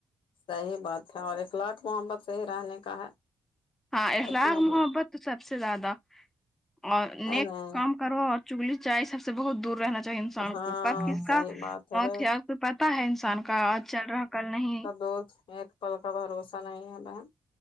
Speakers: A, on the left (about 70°); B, in the centre.
A: صحیح بات ہے اور اخلاق محبت سے ہی رہنے کا ہے
B: ہاں اخلاق
A: ہے کہ نہیں
B: محبت تو سب سے زیادہ اور
A: ہے
B: نیک
A: نہیں
B: کام کرو اور چغلی چائے سب سے بہت دور رہنا چاہیے انسان
A: ہاں
B: کو کب کس
A: صحیح
B: کا موت
A: بات ہے رے
B: یا تو پتہ ہے انسان کا آج چل رہا کل نہیں
A: دوست ایک کل کا بھروسہ نہیں ہے بہن